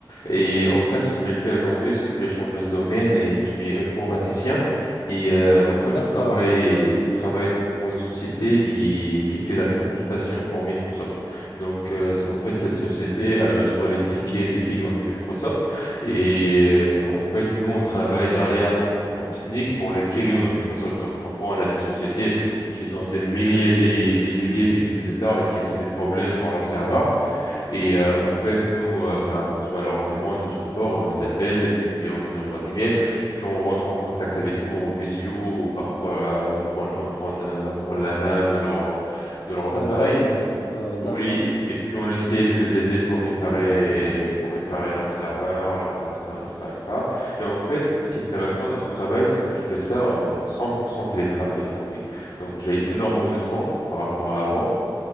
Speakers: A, on the left (about 65°); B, on the left (about 85°).
A: et en fait, ce que j'ai fait aujourd'hui, c'est que j'ai changé de domaine et je suis informaticien. Et euh, en fait,
B: d'accord.
A: je travaille, je travaille pour une société qui qui fait la consultation pour Microsoft. Donc, euh, en fait, cette société,
B: Ok. Ouais.
A: elle reçoit les tickets des clients de Microsoft. Et euh, en fait, nous, on travaille derrière comme support technique pour les clients de Microsoft. Donc, parfois, on a des sociétés qui ont des milliers des des milliers d'utilisateurs et qui ont des problèmes sur leur serveur. Et euh, en fait, nous, euh, ben, on reçoit leurs demandes de support, on les appelle et puis on les envoie des mails. Puis on rentre en contact avec eux en visio ou parfois euh, on prend, on prend, euh, on prend la main de leur, de leurs
B: De
A: appareils.
B: leur Ouais,
A: Oui,
B: d'accord.
A: et puis on essaie de les aider pour réparer, pour réparer leur serveur, leur ordinateur, etc., etc. Et cetera. Et en fait, ce qui est intéressant dans ce travail, c'est que je fais ça en 100% télétravail aujourd'hui. Donc j'ai énormément de temps par rapport à avant.